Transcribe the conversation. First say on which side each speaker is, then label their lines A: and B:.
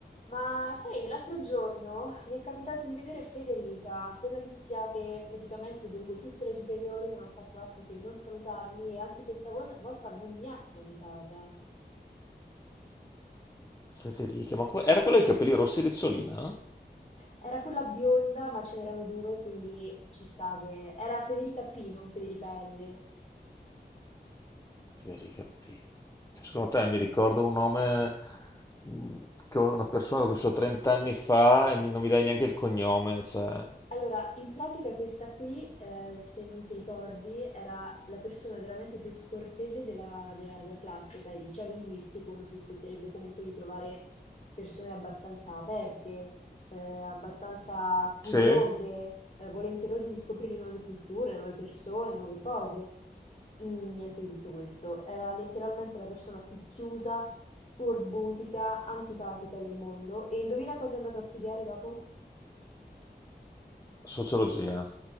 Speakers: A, on the left; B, on the left.
A: Ma sai, l'altro giorno mi è capitato di vedere Federica, quella tizia che praticamente lungo tutte le superiori non ha fatto altro che non salutarmi e anche questa vol- volta non mi ha salutata.
B: Federica, ma que- era quella dei capelli rossi ricciolina?
A: Era quella bionda, ma ce n'erano due, quindi ci sta che... Era Federica P, non Federica L.
B: Federica P. Cioè, secondo te mi ricordo un nome mh, che una persona che ho conosciuto 30 anni fa e mi- non mi dai neanche il cognome, cioè...
A: Allora, in pratica questa qui, eh, se non ti ricordi, era la persona veramente più scortese della, della- della classe, sai, liceo linguistico, uno si aspetterebbe comunque di trovare persone abbastanza aperte, eh, abbastanza curiose,
B: Sì?
A: eh, volenterose di scoprire nuove culture, nuove persone, nuove cose. Mm, niente di tutto questo. Era letteralmente la persona più chiusa, scorbutica, antipatica del mondo. E indovina cosa è andata a studiare dopo?
B: Sociologia.